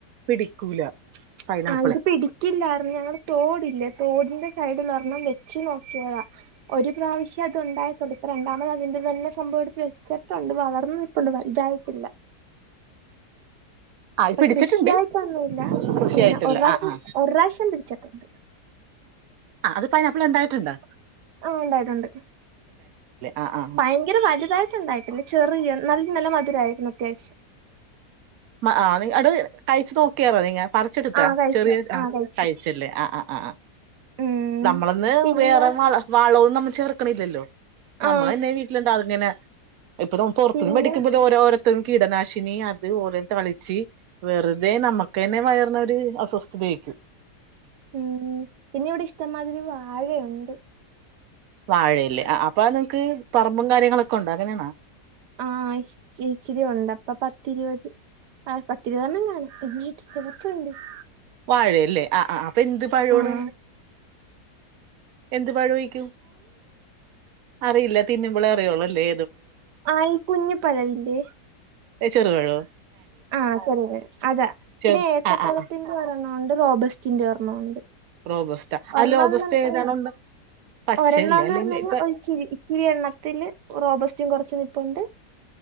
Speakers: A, on the right; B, on the right.
A: പിടിക്കൂല പൈനാപ്പിളെ
B: ആഹ് ഇത് പിടിക്കില്ലാർന്ന് ഞങ്ങള് തോ തൊടിന്റെ സൈഡിൽ ഒരെണ്ണം വെച്ച് നോക്കിയതാ ഒരു പ്രാവിശ്യം അത് ഉണ്ടായിട്ടൊള്ളു ഇപ്പ രണ്ടാമത് അതിന്റെ വീ സംഭവം എടുത്ത് വെച്ചട്ടുണ്ട് വളർന്നു നിപ്പോണ്ട് വലുതായിട്ടില്ല
A: അതില്
B: ഇപ്പൊ
A: പിടിച്ചിട്ടൊണ്ട്
B: കൃഷിയായിട്ടൊന്നുമില്ല
A: കൃഷിയായിട്ടില്ല
B: ഇങ്ങനെ ഒരു പ്രാവശ്യം
A: ആഹ്
B: ഒരു പ്രാവശ്യം പിടിച്ചിട്ടുണ്ട്
A: ആഹ് അത് പൈനാപ്പിൾ ഉണ്ടായിട്ടോണ്ട്
B: ആ ഉണ്ടായിട്ടോണ്ട്
A: ആ ആ
B: ഭയങ്കര വലുതായിട്ട് ഉണ്ടായിട്ടില്ല ചെറിയ നല്ല നല്ല മധുരം ആയിരുന്നു അത്യാവശ്യം
A: ആ ആ അത് കഴിച്ച് നോക്കിയാ മതി ങേ പറിച്ച് എടുത്ത
B: ആ കഴിച്ചു
A: ചെറിയ ക
B: ആ കഴിച്ചു
A: കഴിച്ച് അല്ലെ ആ അ അ അ
B: ഉം
A: നമ്മൾ ഒന്ന്
B: പിന്നെ
A: വേറെ വളം ഒന്നും ചേർക്കണില്ലലോ
B: ആ
A: നമ്മൾ തന്നെ വീട്ടിൽ <unintelligible> പൊറത്തിന്ന്
B: പിന്നെ
A: വെടിക്കുമ്പോ ഓരോ ഓരോ മൊത്തോം കീടനാശിനിയും അതും തളിച് വെറുതെ നമ്മക്ക് തന്നെ വയറിന് ഒരു അസ്വസ്ഥത ആയിരിക്കും
B: മ് പിന്നെ ഇവടെ ഇഷ്ടമാത്തിരി വാഴ ഒണ്ട്
A: വാഴയിൽ അ അ അപ്പൊ നിങ്ങ്ക്ക് പറമ്പും കാര്യങ്ങളൂക്കെ കൊണ്ടാകണേണോ
B: ആ ഇച്ച് ഇച്ചിരി ഒണ്ട് ഒരു പത്ത് ഇരുപത് ആ പത്ത് ഇരുപത് എണ്ണം കാണും പിന്നെ <unintelligible>
A: വാഴ അല്ലെ ആ അ അപ്പൊ ന്ത് പഴം
B: ആഹ്
A: ആണ് എന്ത് പഴം ആയിരിക്കും അറിയില്ല തിന്നുമ്പോളെ അറിയോളു അല്ലെ
B: ആ ഈ കുഞ് പഴം ഇല്ലേ
A: എ ചെറുപഴവോ
B: ആ ചെറുപഴം അതെ
A: ചെറു
B: പിന്നെ ഏത്തപ്പഴത്തിന്റെ
A: ആ ആ ആ
B: ഒരെണ്ണം ഒണ്ട് റോബേസ്റ്റിന്റെ ഒരെണ്ണം ഒണ്ട്
A: റോബസ്റ്റ
B: ഒരെണ്ണം
A: ആ റോബസ്റ്റ
B: എന്ന് പറഞ്
A: ഏതാണുണ്ട് പച്ചയല്ലേ
B: ഒരെണ്ണം എന്ന്
A: അല്ലെ
B: പറഞ്ഞു കഴിഞ്ഞ
A: ഇപ്പൊ
B: ഒരു ഇച്ചിരി ഇച്ചിരി എണ്ണത്തില് റോബെസ്റ്റയും കൊറച് പ്പുണ്ട്